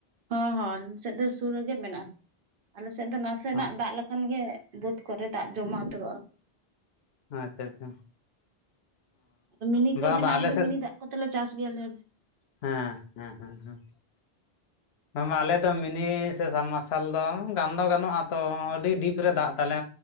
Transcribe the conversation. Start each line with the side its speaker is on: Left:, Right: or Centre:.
Right: ᱦᱚᱸ ᱦᱚᱸ ᱟᱞᱮ ᱥᱮᱫ ᱫᱚ ᱥᱩᱨ ᱨᱮᱜᱮ ᱢᱮᱱᱟᱜᱼᱟ ᱟᱞᱮ ᱥᱮᱫ ᱫᱚ ᱱᱟᱥᱮᱱᱟᱜ
Left: ᱚ
Right: ᱫᱟᱜ ᱞᱮᱠᱷᱟᱱ ᱜᱮ ᱵᱟᱹᱫᱽ ᱠᱚᱨᱮ ᱫᱟᱜ ᱡᱚᱢᱟ ᱩᱛᱟᱹᱨᱚᱜᱼᱟ
Left: ᱟᱪᱪᱷᱟ ᱟᱪᱪᱷᱟ
Right: ᱢᱤᱱᱤ
Left: ᱚ
Right: ᱠᱚ
Left: ᱵᱟᱝ
Right: ᱢᱮᱱᱟᱜᱼᱟ
Left: ᱵᱟ ᱟᱞᱮ
Right: ᱫᱚ
Left: ᱥᱮᱫ
Right: ᱢᱤᱱᱤ ᱫᱟᱜ ᱠᱚᱛᱮᱞᱮ ᱪᱟᱥ ᱜᱮᱭᱟᱞᱮ
Left: ᱦᱮᱸ ᱦᱮᱸ ᱦᱮᱸ ᱦᱮᱸ ᱢᱟ ᱟᱞᱮ ᱫᱚ ᱢᱤᱱᱤ ᱥᱮ ᱥᱟᱵᱢᱟᱨᱥᱟᱞ ᱫᱚ ᱜᱟᱱ ᱫᱚ ᱜᱟᱱᱚᱜᱼᱟ ᱛᱚ ᱟᱹᱰᱤ ᱰᱤᱯ ᱨᱮ ᱫᱟᱜ ᱛᱟᱞᱮ